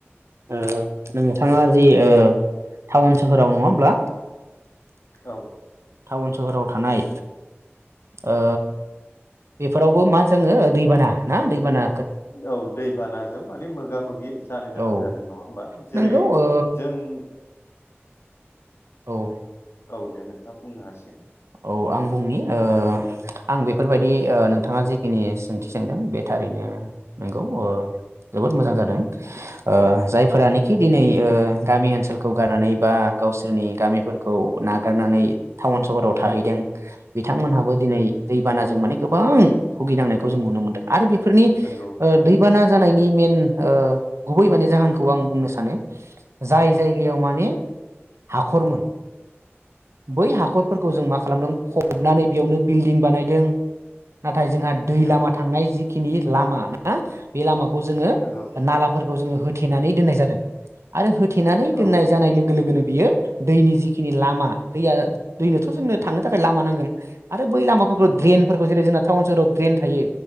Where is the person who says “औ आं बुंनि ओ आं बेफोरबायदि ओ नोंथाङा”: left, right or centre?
Right